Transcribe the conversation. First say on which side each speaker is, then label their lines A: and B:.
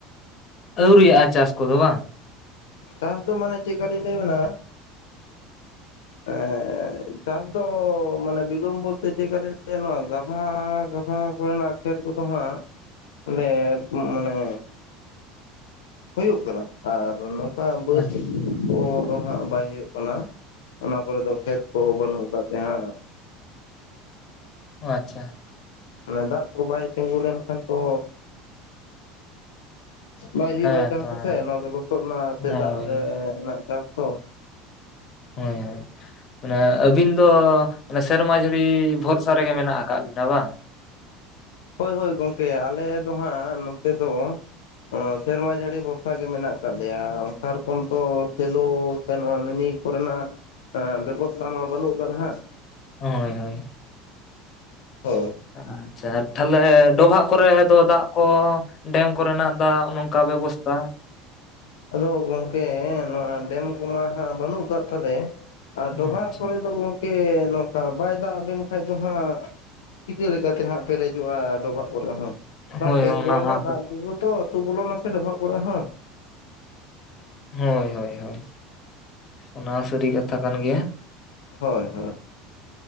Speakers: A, on the left; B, on the left.
A: ᱟᱹᱣᱨᱤᱭᱟᱜᱼᱟ ᱪᱟᱥ ᱠᱚᱫᱚ ᱵᱟᱝ᱾
B: ᱪᱟᱥ ᱫᱚ ᱢᱟᱱᱮ ᱪᱮᱜ ᱠᱟᱞᱤᱧ ᱞᱟᱹᱭ ᱟᱵᱮᱱᱟ᱾
A: <inaudible>
B: ᱮᱸᱻ ᱪᱟᱥ ᱫᱚ ᱢᱟᱱᱮ ᱵᱤᱞᱚᱢ ᱵᱚᱞᱛᱮ ᱪᱮᱜ ᱠᱟᱞᱤᱝ ᱞᱟᱹᱭᱼᱟ ᱱᱚᱣᱟ ᱜᱟᱵᱷᱟ ᱜᱟ ᱵᱷᱟ ᱠᱚᱨᱮᱱᱟᱜ ᱠᱷᱮᱛ ᱠᱚᱫᱚ ᱦᱟᱸᱜ <unintelligible> ᱢᱟᱱᱮ ᱦᱳᱭᱩᱜ ᱠᱟᱱᱟ, ᱟᱨ ᱱᱚ ᱠᱟ ᱵᱟᱹᱫᱽ
A: ᱟᱪᱪᱷᱟ
B: ᱠᱚ ᱫᱚ ᱦᱟᱸᱜ ᱵᱟᱭ ᱦᱩᱭᱩᱜ ᱠᱟᱱᱟ ᱚᱱᱟ ᱠᱚᱨᱮ ᱫᱚ ᱠᱷᱮᱛ ᱠᱚ ᱵᱟᱹᱱᱩᱜ ᱠᱚᱯᱮ ᱦᱟᱸᱜ
A: ᱟᱪᱪᱷᱟ᱾
B: ᱚᱱᱮ ᱫᱟᱜ ᱠᱚ ᱵᱟᱭ ᱛᱤᱸᱜᱩ ᱞᱮᱱᱠᱷᱟᱱ ᱛᱚ᱾ ᱵᱟᱭ ᱦᱩᱭᱩᱜᱼᱟ
A: ᱦᱮᱸ
B: ᱪᱟᱥ
A: ᱛᱚ
B: ᱫᱚᱥᱮ
A: ᱦᱮᱸ
B: ᱱᱚᱣᱟ ᱫᱚ ᱞᱚᱥᱚᱫ ᱨᱮᱱᱟᱜ ᱥᱮ
A: ᱦᱳᱭ
B: ᱫᱟᱜ ᱨᱮᱻ ᱱᱟᱜ ᱪᱟᱥ ᱛᱚ᱾
A: ᱦᱳᱭ, ᱦᱳᱭ᱾ ᱢᱟᱱᱮ ᱟᱹᱵᱤᱱ ᱫᱚ ᱚᱱᱮ ᱥᱮᱨᱢᱟ ᱡᱟᱹᱲᱤ ᱵᱷᱚᱨᱥᱟ ᱨᱮᱜᱮ ᱢᱮᱱᱟᱜ ᱟᱠᱟᱜ ᱵᱤᱱᱟ ᱵᱟᱝ᱾
B: ᱦᱳᱭ ᱦᱳᱭ ᱜᱚᱝᱠᱮ ᱟᱞᱮ ᱫᱚ ᱦᱟᱸᱜ ᱱᱚᱛᱮ ᱫᱚ ᱚ ᱥᱮᱨᱢᱟ ᱡᱟᱹᱲᱤ ᱵᱷᱚᱨᱥᱟ ᱜᱮ ᱢᱮᱱᱟᱜ ᱟᱠᱟᱜ ᱫᱮᱭᱟ ᱥᱮ ᱨᱚᱠᱚᱢ ᱛᱚ ᱥᱮᱞᱳ ᱥᱮ ᱱᱚᱣᱟ ᱢᱤᱱᱤ ᱠᱚᱨᱮᱱᱟᱜ ᱮᱸ ᱵᱮᱵᱚᱥᱛᱟ ᱢᱟ ᱵᱟᱹᱱᱩᱜ ᱠᱟᱫ ᱦᱟᱸᱜ᱾
A: ᱦᱳᱭ, ᱦᱳᱭ᱾
B: ᱦᱳᱭ᱾
A: ᱟᱪᱪᱷᱟ ᱴᱷᱟᱞᱮ ᱰᱚᱵᱷᱟᱜ ᱠᱚᱨᱮ ᱫᱚ ᱫᱟᱜ ᱠᱚ ᱰᱮᱢ ᱠᱚᱨᱮᱱᱟᱜ ᱫᱟᱜ ᱱᱚᱝᱠᱟ ᱵᱮᱵᱚᱥᱛᱟ
B: ᱟᱫᱚ ᱜᱚᱝᱠᱮ ᱱᱚᱣᱟ ᱰᱮᱢ ᱠᱚᱢᱟ ᱦᱟᱸᱜ ᱵᱟᱹᱱᱩᱜ ᱠᱟᱫ ᱛᱟᱞᱮ᱾ ᱟ
A: ᱟᱪᱪᱷᱟ
B: ᱰᱚᱵᱷᱟᱜ ᱠᱚᱨᱮ ᱫᱚ ᱜᱚᱝᱠᱮ ᱱᱚᱝᱠᱟ ᱵᱟᱭ ᱫᱟᱜ ᱟᱵᱤᱱ ᱠᱷᱟᱱᱡ ᱰᱚ ᱵᱷᱟᱜ ᱪᱤᱠᱟᱹ ᱞᱮᱠᱟᱛᱮ ᱦᱟᱸᱜ ᱯᱮᱨᱮᱡᱚᱜᱼᱟ ᱰᱚᱵᱷᱟᱜ ᱠᱚᱨᱮ ᱦᱚᱸ᱾ ᱵᱟ
A: ᱦᱳᱭ
B: ᱠᱷᱮᱛ
A: ᱚᱱᱟ
B: ᱠᱚᱨᱮ
A: ᱢᱟ
B: ᱱᱟᱜ ᱫᱟᱜ ᱠᱩᱜᱮ ᱛᱚ ᱟᱹᱛᱩ ᱵᱚᱞᱚᱱᱟ ᱥᱮ ᱰᱚᱵᱷᱟᱜ ᱠᱚᱨᱮ ᱦᱚᱸ᱾
A: ᱦᱳᱭ, ᱦᱳᱭ, ᱦᱳᱭ, ᱚᱱᱟ ᱥᱟᱹᱨᱤ ᱠᱟᱛᱷᱟ ᱠᱟᱱ ᱜᱮᱭᱟ᱾
B: ᱦᱳᱭ, ᱦᱳᱭ᱾